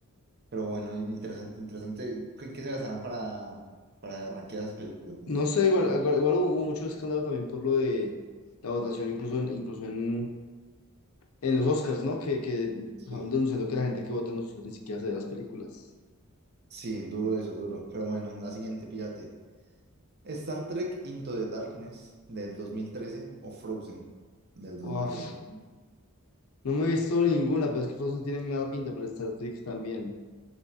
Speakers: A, on the right; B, on the left.
A: Pero bueno, interesante, interesante. ¿En qué se basarán para, para rankear esas películas? No
B: No
A: sé.
B: sé,
A: Ra-
B: igual, igual, igual hubo mucho escándalo también por lo de la votación, incluso en, incluso en, en los Oscars, ¿no? Que, que
A: Sí,
B: estaban denunciando que la gente que vota en los Oscars ni siquiera se ve las películas.
A: sí, duro eso, duro. Pero bueno, la siguiente, píllate. Star Trek Into the Darkness del 2013 o Frozen del 2013.
B: Uf,
A: también.
B: no me he visto ninguna, pero es que Frozen tiene mala pinta, pero Star Trek también.